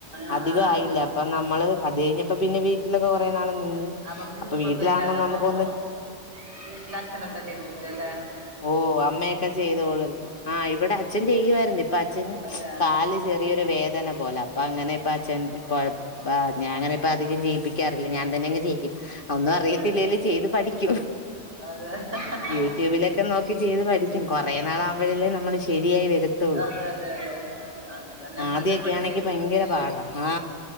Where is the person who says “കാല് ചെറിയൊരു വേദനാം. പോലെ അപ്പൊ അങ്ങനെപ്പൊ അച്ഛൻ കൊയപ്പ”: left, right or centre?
Left